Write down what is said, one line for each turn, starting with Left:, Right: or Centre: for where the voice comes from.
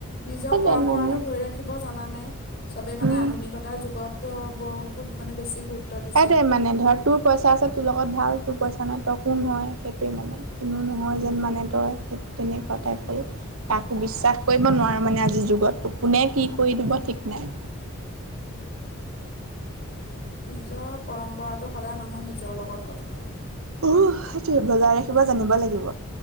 Left: নিজৰ
Right: সেইটোৱে
Left: পৰম্পৰাটোক
Right: মানে
Left: ধৰি ৰাখিব। জনানে। চবেই মানে
Right: উম
Left: আধুনিকতাৰ যুগতো। গৰুতোক মানে গুৰুত্ব। গুৰুত্ব দিছে।
Right: সেইটোৱে মানে ধৰ তোৰ পইচা আছে তোৰ লগত ভাল তোৰ পইচা। মানে তইকোন হয় সেইটোৱে মানে। কোনো নহয়
Left: উম
Right: যেন মানে তই তেনেকুৱা
Left: উম
Right: টাইপৰ তাকো বিশ্বাস কৰিব নোৱাৰো মানে আজিৰ যুগত কোনে কি। কৈ দিব ঠিক নাই।
Left: নিজৰ পৰম্পৰাতটো সদায় মানুহৰ নিজৰ লগত কথা।
Right: অ সেইটোৱে বৰাৰে। থাকিব জানিব লাগিব